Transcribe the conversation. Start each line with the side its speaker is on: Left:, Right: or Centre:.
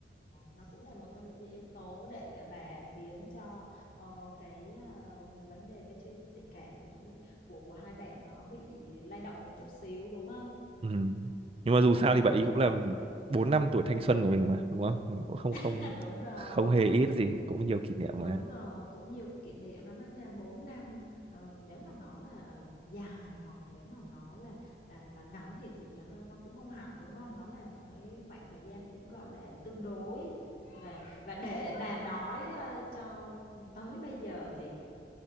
Left: nó cũng là một trong những cái yếu tố để mà khiến cho ờ, cái à, vấn đề cái chuyện tình cảm của chúng mình của của hai bạn nó bị lay động một chút xíu đúng không?
Right: ừ. nhưng mà dù sao
Left: Ừ.
Right: thì bạn ấy cũng là bốn năm tuổi thanh xuân của mình mà đúng không cũng không
Left: <laughs>
Right: không
Left: Đúng rồi.
Right: không hề ít gì cũng nhiều kỷ niệm
Left: Đúng
Right: mà
Left: rồi, cũng nhiều kỷ niệm lắm á nha, 4 năm ờ, nếu mà nói là dài hoặc nếu mà nói là là là ngắn thì thì nó nó cũng không hẳn đúng không? Nó là một cái khoảng thời gian cũng gọi là tương đối và và để mà nói ờ, cho tới bây giờ thì